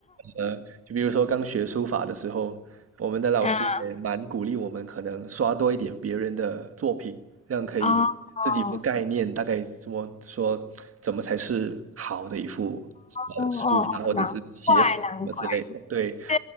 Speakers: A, on the right; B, on the left.
A: 呃，就比如说刚学书法的时候，我们的老师也蛮鼓励我们，
B: 嗯
A: 可能刷多一点别人的作品，这样可以自己有个概念，
B: 哦哦
A: 大概怎么说，怎么才是好的一幅呃书法或者是写法什么之类的。
B: 哦哦，难怪难怪，
A: 对，
B: 这